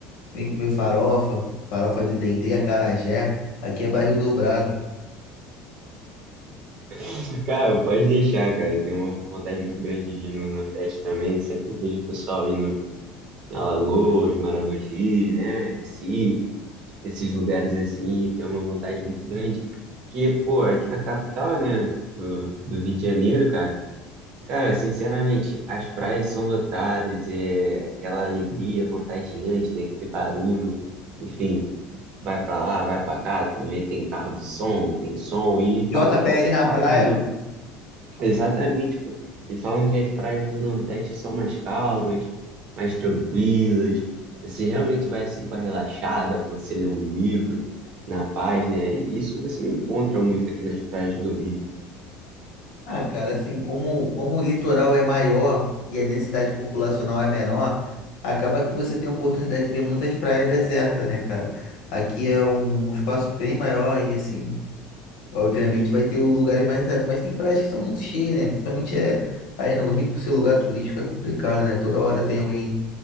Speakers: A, on the left; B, on the right.
A: vem comer farofa, farofa de dendê, acarajé. Aqui é barril dobrado.
B: <laughs> Cara, pode deixar, cara. Eu tenho uma vontade muito grande de ir no Nordeste também. Sempre vejo o pessoal indo em Alagoas, Maragogi, né? Recife, esses lugares assim. Tenho uma vontade muito grande. Porque, pô, aqui na capital, né? Do, do Rio de Janeiro, cara. Cara, sinceramente, as praias são lotadas, é aquela alegria contagiante, né? Aquele barulho, enfim. vai pra lá, vai pra cá, tu vê, tem carro de som, tem som, e falam
A: JBL
B: que as praias
A: na praia.
B: do. Exatamente, pô. E falam que as praias do Nordeste são mais calmas, mais tranquilas. Você realmente vai assim pra relaxada, pra você ler um livro na paz, né? E Isso você não encontra muito aqui nas praias do Rio.
A: Ah, cara, assim, como, como o litoral é maior e a densidade populacional é menor, acaba que você tem a oportunidade de ver muitas praias desertas, né, cara? Aqui é um espaço bem maior e, assim, obviamente vai ter o- lugares mais desertos, mas tem praias que são muito cheias, né? Principalmente é, aí no Rio, por ser lugar turístico, é complicado, né? Toda hora tem alguém,